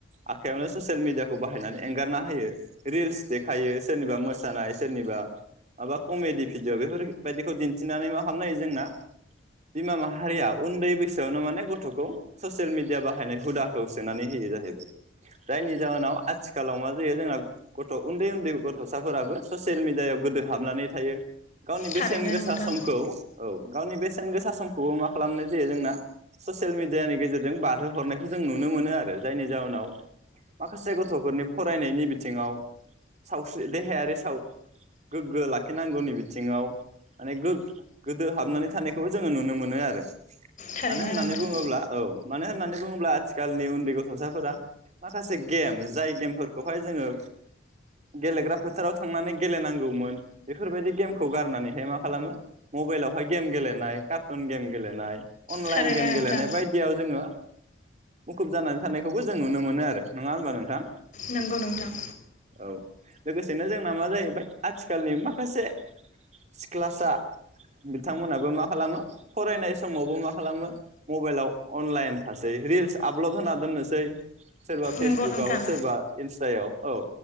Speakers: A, on the right; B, on the left.
A: आखाइयावनो सचेल मिडियाखौ बाहायनानै एंगारना होयो रिल्स देखायो सोरनिबा मोसानाय सोरनिबा माबा कमेडि भिडिअ बेफोरबायायदिखौ दिन्थिनानै मा खालामना हायो जोंना। बिमा माहारिया उन्दै बैसोआवनो माने गथ'खौ सचेल मिडिया बाहायनाय हुदाखौ सोनानै होयो जाहैबाय जायनि जाहोनाव आथिखालाव मा जायो जोङा गथ' उन्दै उन्दै गथ'साफोराबो सचेल मिडियायाव गोदो हाबनानै थायो। गावनि
B: थारैनो
A: बेसेन गोसा
B: नोंथां
A: समखौ औ गावनि बेसेन गोसा। खौबो मा खालामनाय जायो जोंना सचेल मिडियानि गेजेरजों बारहोहरनायखौ जों नुनो मोनो आरो जायनि जाहोनाव माखासे गथ'फोरनि फरायनायनि बिथिङाव सावस्रि देहायारि साव गोग्गो लाखिनांगौनि बिथिङाव माने गो-गोदो हाबनानै थानायखौबो जों। जोङो नुनो मोनो आरो।
B: थारैनो
A: मानो होननानै
B: नोंथां
A: बुङोब्ला औ। मानो होननानै बुङोब्ला आथिखालनि उन्दै गथ'साफोरा माखासे गेम जाय गेमफोरखौहाय जोङो गेलेग्रा फोथाराव थांनानै गेलेनांगौमोन बेफोरबायदि गेमखौ गारनानैहाय मा खालामो मबेइलावहाय गेम गेलेनाय। कार्टुन गेम गेलेनाय। अनलाइन
B: थारैनो
A: गेम
B: नोंथां
A: गेलेनाय बायदियाव जोङो। मुखुब जानानै थानायखौबो जों नुनो मोनो आरो नङा होमबा नोंथां।
B: नोंगौ नोंथां।
A: औ लोगोसेनो जोंना मा जाहैबाय आथिखालनि माखासे सिख्लासा बिथांमोनाबो मा खालामो। फरायनाय समावबो मा खालामो मबाइलाव अ-अनलाइन थासै रिल्स आपल'ड होना दोननोसै। सोरबा फेसबुकाव
B: नंगौ नोंथां
A: सोरबा इन्स जायाव औ